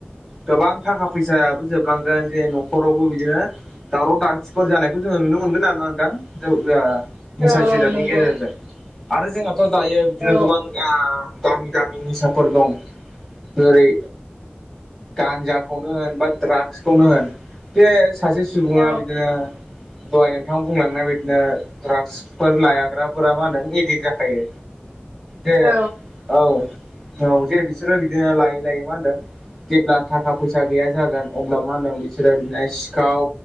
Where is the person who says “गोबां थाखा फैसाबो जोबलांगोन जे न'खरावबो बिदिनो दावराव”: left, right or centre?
Centre